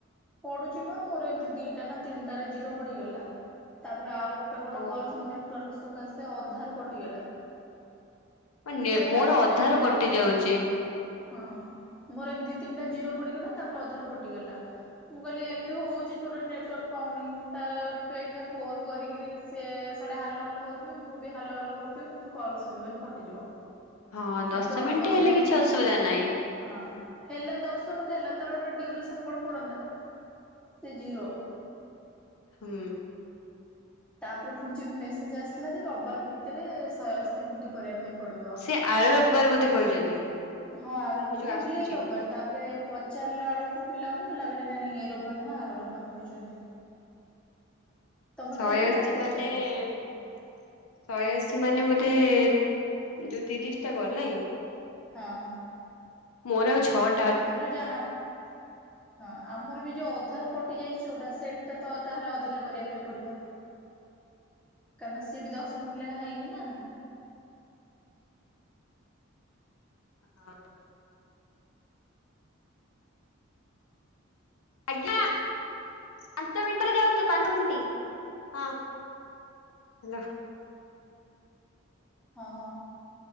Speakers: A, in the centre; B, on the left.
A: ପଢୁଛି ବା ମୋର ଏମିତି ଦିଟା ନା ତିନିଟାରେ ଜିରୋ ପଡିିଗଲା ତାପରେ ଆଉ ଗୋଟେ ଗୋଟେ
B: ଓହୋ।
A: କଲ ସେମତି ନେଟୱାର୍କ ସକାଶେ ଅଧାରୁ କଟିଗଲା।
B: ମାନେ
A: ମୁଁ କହିଲି
B: ମୋର
A: ତାର ତ
B: ଅଧାରୁ
A: ପେମେଣ୍ଟ
B: କଟି
A: ଆସିବନି।
B: ଯାଉଛି।
A: ହଁ ମୋର ଏମତି ଦି ତିନିଟା ଜିର ପଡିଗଲା ତାପରେ ଅଧାରୁ କଟିଗଲା। ମୁଁ କହିଲି ଏମିତି ହଉଛି ଟୋଟାଲ ନେଟୱାର୍କ ପାଉନି ତା ଅପେକ୍ଷା ଫୋନ କରିକିରି ସେ ସୋ ହାଲୋ ହାଲୋ ହଉଥିବେ ମୁଁ ବି ହାଲୋ ହାଲୋ ହଉଥିବି କିନ୍ତୁ କଲ ସୁବିିବନି କଟିଯିବ।
B: ହଁ ଦଶ
A: ଏମତି ଅଳ୍ପ
B: ମିନିଟ୍ ହେଲେ
A: ସମୟ
B: କିଛି
A: ହେଲା
B: ଅସୁବିଧା ନାହିଁ।
A: ହଁ। ହେଲା ଦଶ ମିନିଟ ହେଲା ତାର ଗୋଟେ ଡ୍ୟୁରେସନ କଣ ପଡନ୍ତା। ସେ ଜିରୋ।
B: ହୁଁ।
A: ତାପରେ ପୁଣି ଯେମିତି ମେସେଜ ଆସିଲା ଯେ ରବିବାର ଭିତରେ ଶହେ ଅଶି ମିନିଟ୍ କରିବା। ପାଇଁ ପଡିବ।
B: ସେ ଆର ରବିବାର ବୋଧେ କହିଛନ୍ତି
A: ହଁ ଆ ମୁଁ
B: ଏ ଯୋଉ
A: ଭାବିଲି
B: ଆସୁଛି।
A: ଏଇ ରବିବାର ତାପରେ ପଚାରିଲା ବେଳକୁ ପିଲାଙ୍କୁ ମନା କଲା ନାଇଁ ଏ ରୋବାର ନୁହଁ ଆର ରବିବାର କହିଛନ୍ତି। ତମର
B: ଶହେ
A: ହେଇଗଲାଣି
B: ଅଶୀ
A: କେତେ
B: ମାନେ ଶହେ ଅଶୀ ମାନେ ମୋ ମତେ ଯୋଉ ତିରିଶ ଟା ଗଲ ନାଇଁ।
A: ହଁ।
B: ମୋର ଆଉ ଛଅଟ
A: ତାପରେ ଯ ଆମ ହଁ ଆମର ବି ଯୋଉ ଅଧାରୁ କଟି ଯାଇଛିଉଟା ସେଇଟା ତ ତାହେଲେ ଅଧିକା କରିବା ପାଇଁ ପଡିବ। <inaudible> କାରଣ ସିଏ ବି ଦଶ ମିନିଟ ଲଗା ହେଇନି ନା।
B: ହଁ। ଆଜ୍ଞା ପାଞ୍ଚ ମିିନିଟରେ ଯାଉଛି ପାଞ୍ଚ ମିିନିଟ ହଁ। ହେଲୋ।
A: ହଁ।